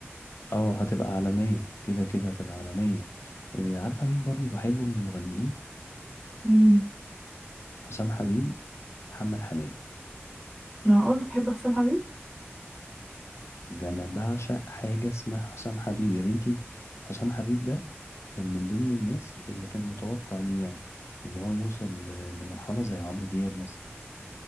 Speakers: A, on the left; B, in the centre.
A: اه هتبقى عالميه كده كده هتبقى عالميه آه، عارفه مين برضو بحبه من المغنيين
B: مين
A: حسام حبيب محمد حماقي
B: معقول تحب حسام حبيب
A: ده انا بعشق حاجه اسمها حسام حبيب يا بنتي حسام حبيب ده كان من ضمن الناس اللي كان متوقع ليه يعني ان هو يوصل ل- لمرحله زي عمرو دياب مثلا